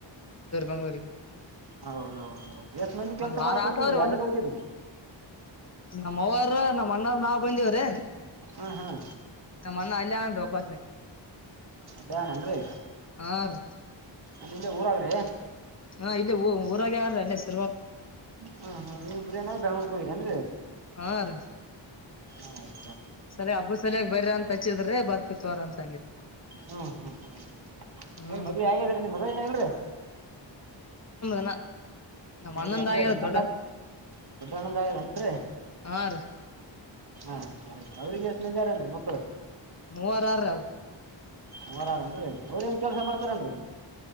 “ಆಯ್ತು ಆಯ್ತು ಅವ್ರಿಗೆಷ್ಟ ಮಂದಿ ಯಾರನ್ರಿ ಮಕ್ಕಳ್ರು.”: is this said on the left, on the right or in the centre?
Right